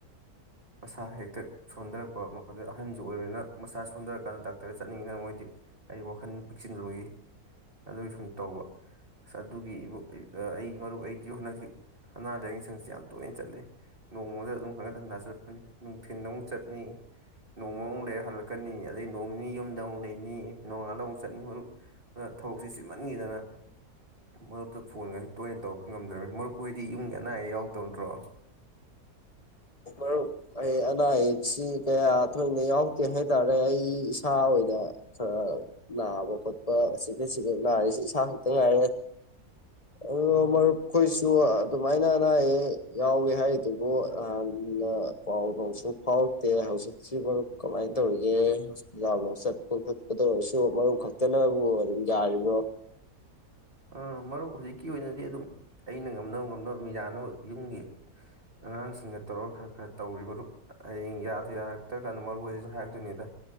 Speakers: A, on the left; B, on the right.
A: <inaudible>
B: ꯃꯁꯥ ꯍꯦꯛꯇ ꯁꯣꯟꯊꯔꯛꯄ ꯑꯗꯨ ꯑꯍꯟꯁꯨ ꯑꯣꯏꯕꯅꯤꯅ ꯃꯁꯥ ꯁꯣꯟꯊꯔꯀꯥꯟꯗ ꯗꯥꯛꯇꯔꯗ ꯆꯠꯅꯤꯡꯉꯤꯅ ꯃꯣꯏ ꯍꯥꯏꯗꯤ ꯍꯥꯏꯗꯤ ꯋꯥꯈꯜ ꯄꯤꯛꯁꯤꯜꯂꯣꯏꯒꯤ ꯑꯗꯨꯒꯤ ꯁꯨꯝ ꯇꯧꯕ ꯑꯁ ꯑꯗꯨꯒꯤꯕꯨ ꯑꯩ ꯃꯔꯨꯞ ꯑꯩꯗꯤ ꯍꯟꯗꯛꯁꯤ ꯑꯅꯥ ꯂꯥꯏꯌꯦꯡ ꯁꯪꯁꯤ ꯌꯥꯝ ꯇꯣꯏꯅ ꯆꯠꯂꯤ ꯅꯣꯡꯃꯗ ꯑꯗꯨꯝ ꯈꯔꯒ ꯊꯟꯊ ꯆꯠꯄꯅꯤ ꯅꯨꯡꯊꯤꯟꯗ ꯑꯃꯨꯛ ꯆꯠꯅꯤ ꯅꯣꯡꯃ ꯑꯃꯨꯛ ꯂꯩꯔ ꯍꯜꯂꯛꯀꯅꯤ ꯑꯗꯩ ꯅꯣꯡ ꯅꯤ ꯌꯨꯝꯗ ꯂꯩꯅꯤ ꯅꯤ ꯅꯣꯡꯉꯥꯜꯂ ꯑꯃ ꯆꯠꯅꯤ ꯃꯔꯨꯞ ꯑꯗꯨꯅ ꯊꯕꯛꯁꯤ ꯆꯤꯟꯃꯟꯒꯤꯗꯅ ꯃꯔꯨꯞꯇꯨ ꯐꯣꯟꯒꯁꯤ ꯇꯣꯏꯅ ꯇꯧꯔꯛꯄ ꯉꯝꯗ꯭ꯔꯕꯅꯤ ꯃꯔꯨꯞꯑꯣꯏꯗꯤ ꯌꯨꯝꯒꯤ ꯑꯅꯥ ꯑꯌꯦꯛ ꯌꯥꯎꯇꯕ ꯅꯠꯇ꯭ꯔꯣ
A: ꯑꯣ <unintelligible> ꯑꯩ ꯑꯅꯥ ꯑꯌꯦꯛꯁꯤ ꯀꯌꯥ ꯊꯣꯏꯅ ꯌꯥꯎꯗꯦ ꯍꯥꯏꯇꯥꯔꯦ ꯑꯩ ꯏꯁꯥ ꯑꯣꯏꯅ ꯈꯔ ꯅꯥꯕ ꯈꯣꯠꯄ ꯆꯤꯐꯦꯠ ꯆꯤꯐꯦꯠ ꯅꯥꯔꯤꯁꯤ ꯏꯁꯥ ꯈꯛꯇ ꯉꯥꯏꯔꯦ ꯑꯣ
B: ꯎꯝ
A: ꯃꯔꯨꯞ ꯑꯈꯣꯏꯁꯨ ꯑꯗꯨꯃꯥꯏꯅ ꯑꯅꯥ ꯑꯌꯦꯛ ꯌꯥꯎꯋꯦ ꯍꯥꯏꯔꯤꯗꯨꯕꯨ ꯅꯍꯥꯟꯅ ꯄꯥꯎ ꯅꯨꯡꯁꯨ ꯍꯥꯎꯇꯦ ꯍꯧꯖꯤꯛꯁꯤ ꯃꯔꯨꯞ ꯀꯃꯥꯏꯅ ꯇꯧꯔꯤꯒꯦ ꯂ ꯆꯠꯄ ꯈꯣꯠꯄꯗ ꯑꯣꯏꯔꯁꯨ ꯃꯔꯨꯞ ꯈꯛꯇꯅꯕꯨ ꯑꯗꯨꯝ ꯌꯥꯔꯤꯕ꯭ꯔꯣ
B: ꯑꯥ ꯃꯔꯨꯞ ꯍꯧꯖꯤꯛꯀꯤ ꯑꯣꯏꯅꯗꯤ ꯑꯗꯨꯝ ꯑꯩꯅ ꯉꯝꯅꯕ ꯉꯝꯅꯕ ꯑꯗꯨꯝ ꯌꯥꯅꯕ ꯌꯨꯝꯒꯤ ꯑꯉꯥꯡꯁꯤꯡꯅ ꯇꯧꯔꯒ ꯈꯔ ꯈꯔ ꯇꯧꯔꯤ ꯃꯔꯨꯞ ꯍꯌꯦꯡ ꯌꯥꯗ ꯌꯥꯔꯛꯇ꯭ꯔ ꯀꯥꯟꯗ ꯃꯔꯨꯞ ꯑꯣꯏꯗꯁꯨ ꯍꯥꯏꯔꯛꯇꯣꯏꯅꯤꯗ